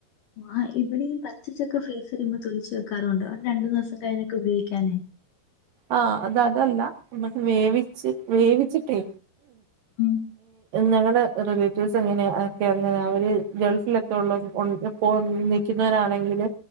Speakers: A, on the left; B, on the right.
A: ആ ഇവിടെ ഈ പച്ച ചക്ക ഫ്രീസർ ഈ തൊലിച്ച് വെക്കാറുണ്ട്. അവ രണ്ടു, മൂന്നു ദിവസം കഴിഞ്ഞൊക്കെ ഉപയോഗിക്കാലോ.
B: ആ അതതല്ല നമ്മക്ക് വേവിച്ച് വേവിച്ചിട്ടേ
A: ഉം
B: ഞങ്ങളുടെ റിലേറ്റീവ്സ് എങ്ങനെയ ഒക്കെ അങ്ങനെ അവര് ഗൾഫിലൊക്കെ ഉള്ള പോയിനിൽക്കുന്നവരാണെങ്കില്.